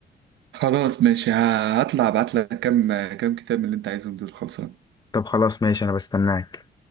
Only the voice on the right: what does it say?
خلاص ماشي ه- هطلع أبعت لك كام كام كتاب من اللي أنت عايزهم دول خلصان